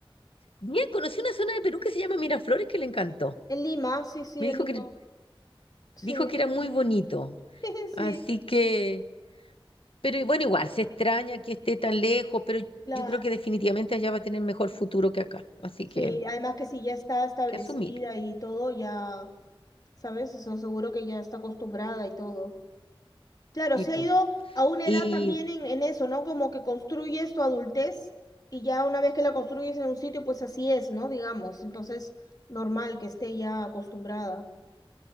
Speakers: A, on the left; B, on the left.
A: Bien, conocí una zona de Perú que se llama Miraflores que le encantó.
B: En Lima, sí, sí,
A: Me
B: en
A: dijo
B: Lima,
A: que,
B: sí,
A: dijo que era muy bonito.
B: <laughs>
A: Así
B: sí,
A: que... Pero y bueno, igual, se extraña que esté tan lejos, pero
B: claro.
A: yo creo que definitivamente allá va a tener mejor futuro que acá. Así
B: Sí,
A: que,
B: además que si ya está establecida
A: que asumir,
B: y todo, ya, ¿sabes? O sea, seguro que ya está acostumbrada y todo. Claro,
A: tipo.
B: se ha ido a una
A: Y
B: edad también en, en eso, ¿no? Como que construyes tu adultez y ya una vez que la construyes en un sitio, pues así es, ¿no? Digamos, entonces normal que esté ya acostumbrada.